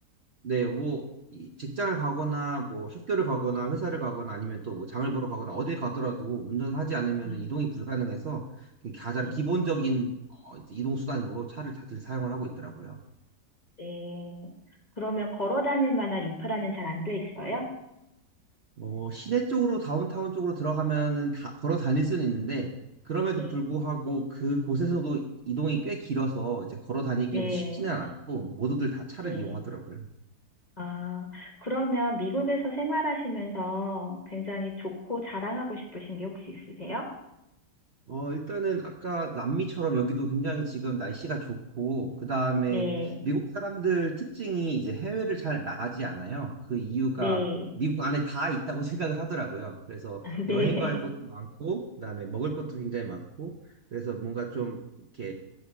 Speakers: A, on the right; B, on the left.
A: 네, 뭐 이 직장을 가거나 뭐 학교를 가거나 회사를 가거나 아니면 또 뭐 장을 보러 가거나 어딜 가더라도 운전하지 않으면
B: 네,
A: 이동이 불가능해서 그게 가장
B: 네,
A: 기본적인 어, 이제 이동 수단으로 차를 다들 사용을 하고 있더라고요.
B: 네. 그러면 걸어 다닐 만한 인프라는 잘 안 돼 있어요?
A: 뭐 시내 쪽으로 다운타운 쪽으로 들어가면은 다 걸어 다닐 수는 있는데 그럼에도
B: 네,
A: 불구하고 그곳에서도 이동이 꽤 길어서 이제 걸어 다니기에는
B: 네.
A: 쉽지는 않고 모두들 다 차를
B: 네.
A: 이용하더라고요.
B: 아, 그러면 미국에서 생활하시면서 굉장히 좋고 자랑하고 싶으신 게 혹시 있으세요?
A: 어, 일단은 아까 남미처럼 여기도 굉장히 지금 날씨가 좋고 그다음에
B: 네.
A: 미국 사람들 특징이 이제 해외를 잘 나가지 않아요. 그 이유가
B: 네.
A: 미국 안에 다 있다고 <laughs> 생각을 하더라고요. 그래서
B: <laughs> 네.
A: 여행 갈 것도 많고 그다음에 먹을 것도 굉장히 많고 그래서 뭔가 좀 이렇게